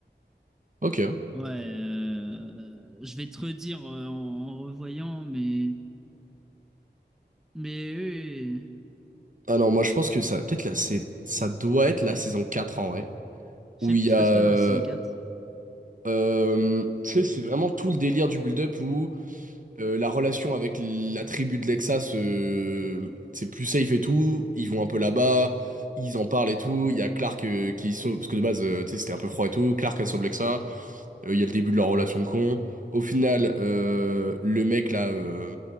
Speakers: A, on the right (about 45°); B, in the centre.
A: Ok.
B: Ouais, euh, je vais te redire euh, en, en revoyant, mais. Mais oui. oui, oui.
A: Ah non, moi, je pense que ça, peut-être là, c'est, ça doit être la saison 4 en vrai.
B: Je
A: Où
B: sais
A: il
B: plus,
A: y a.
B: je passe quoi
A: euh,
B: dans la saison 4.
A: euh, tu sais, c'est vraiment tout le délire du build-up Euh, la relation avec la tribu de Lexas, euh, c'est plus safe et tout. Ils vont un peu là-bas, ils en parlent et tout. Il y a Clark euh, qui sauve, parce que de base, euh, tu sais, c'était un peu froid et tout. Clark, elle sauve Lexa. Euh, il y a le début de leur relation de con. Au final, euh, le mec là, euh,